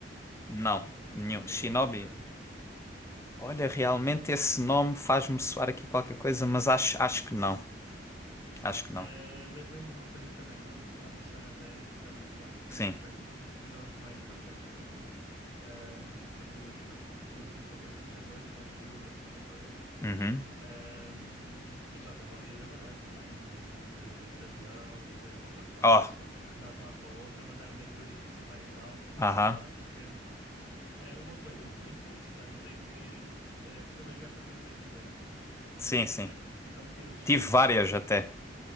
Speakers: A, on the left; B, on the left.
A: ah,
B: Não, nenhum.
A: Onimusha.
B: Shinobi. Olha,
A: ahm.
B: realmente esse nome faz-me soar aqui qualquer coisa, mas acho, acho que não. Acho que não.
A: Eh, lembrei-me de uma coisa também. Estavas a falar do San Andreas e também, claro, foi,
B: Sim.
A: foi dos jogos mais marcantes para mim. Ahm, a partir do momento em que eu, ti- eu tive a PlayStation dois quando tive a PlayStation dois
B: Uhum.
A: Ahm, e só andava ali a jabardar também, de, de, de avião e de moto 4,
B: Oh,
A: só a andar de um lado para o outro, a mandar-me daquele edifício mais alto de moto
B: aham.
A: 4, sempre. Eh, uma coisa <laughs> muito interessante é que eh, tu também jogaste na PlayStation 2, né?
B: Sim, sim.
A: Eh, então metias os cheats,
B: Tive várias até.